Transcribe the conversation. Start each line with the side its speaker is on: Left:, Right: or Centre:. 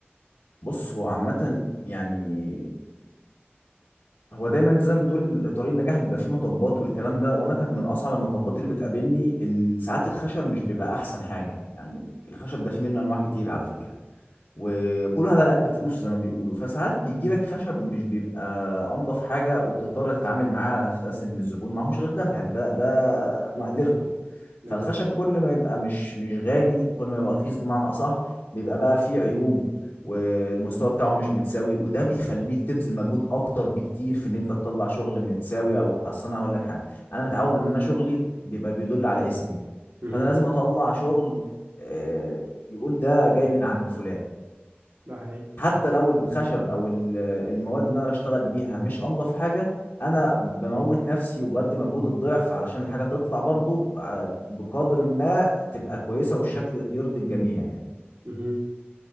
Left: بص هو عامه يعني هو دايما انت زي ما بتقول طريق النجاح بيبقى فيه مطبات والكلام ده وانا كانت من اصعب المطبات اللي بتقابلني ان ساعات الخشب مش بيبقى احسن حاجه يعني الخشب ده فيه منه انواع كتير على فكره وكل واحد على قد فلوسه زي ما بيقولوا فساعات بيجي لك خشب مش بيبقى انضف حاجه وبتضطر تتعامل معاه على اساس ان الزبون معهوش غير ده يعني ده ده
Right: مهم.
Left: مقدرته
Right: بالظبط
Left: فالخشب كل ما يبقى مش مش غالي كل ما يبقى رخيص بمعنى اصح بيبقى بقى فيه عيوب والمستوى بتاعه مش متساوي وده بيخليك تبذل مجهود اكتر بكتير في ان انت تطلع شغل متساوي او اصل انا هقول لك حاجه انا متعود ان انا شغلي بيبقى بيدل على اسمي
Right: مهم.
Left: فانا لازم اطلع شغل آه، يقول ده جاي من عند فلان
Right: ده حقيقي
Left: حتى لو الخشب او ال- المواد اللي انا بشتغل بيها مش انضف حاجه انا بموت نفسي وبدي مجهود الضعف علشان الحاجه تطلع برضو على بقدر ما تبقى كويسه والشكل يرضي الجميع يعني
Right: مهم.